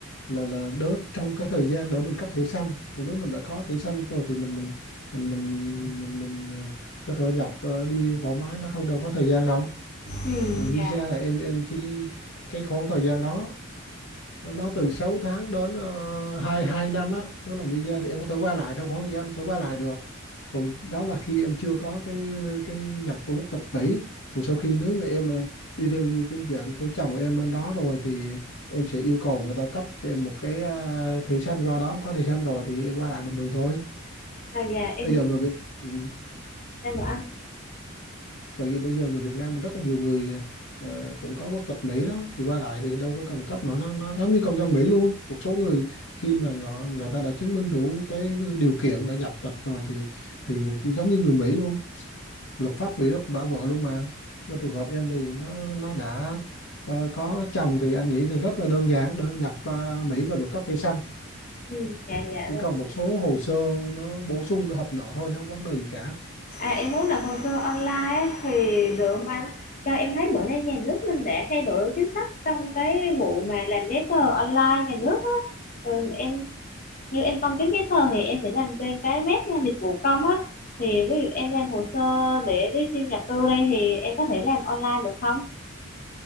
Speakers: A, on the left; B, on the left.
A: là là đỡ trong cái thời gian đỡ mình cấp thẻ xanh còn nếu mình đã có thẻ xanh rồi thì mình mình mình mình mình, mình ờ, có thể nhập ờ, đi thoải mái nó không đâu có thời gian đâu
B: ừ
A: còn visa
B: dạ
A: là em em chỉ cái khoảng thời gian đó nó nó từ 6 tháng đến uh, 2 2 năm á đó là visa thì em có thể qua lại trong khoảng thời gian em có thể qua lại được còn đó là khi em chưa có cái cái nhập vào quốc tịch Mỹ còn sau khi nếu người em ờ, đi theo như cái dạng theo chồng của em bên đó rồi thì em sẽ yêu cầu người ta cấp cho em một cái ờ, thẻ xanh qua đó em có thẻ xanh rồi thì em qua lại bình thường thôi
B: à, dạ em
A: bây
B: hiểu
A: giờ người Việt ừ.
B: ra rồi anh
A: tại vì bây giờ người Việt Nam mình rất là nhiều người ờ, cũng có quốc tịch Mỹ đó thì qua lại thì đâu có cần cấp nữa nó nó giống như công dân Mỹ luôn một số người khi mà họ người ta đã chứng minh đủ cái điều kiện để nhập tịch rồi thì thì cũng giống như người Mỹ luôn luật pháp Mỹ nó cũng bảo vợ luôn mà mà trường hợp em thì nó nó đã ờ, có chồng thì anh nghĩ thì rất là đơn giản để nhập ờ, Mỹ và được cấp thẻ xanh
B: ừ dạ dạ
A: chỉ còn một số hồ sơ nó bổ sung để hợp lệ thôi chứ không vấn đề gì cả
B: À, em muốn nộp hồ sơ online ấy, thì được không anh? Cho em thấy bữa nay nhà nước mình đã thay đổi chính sách trong cái vụ mà làm giấy tờ online nhà nước á. Ừ, em như em công chứng giấy tờ thì em sẽ làm trên cái web là dịch vụ công á. Thì ví dụ em làm hồ sơ để đi xin nhập cư đây thì em có thể làm online được không?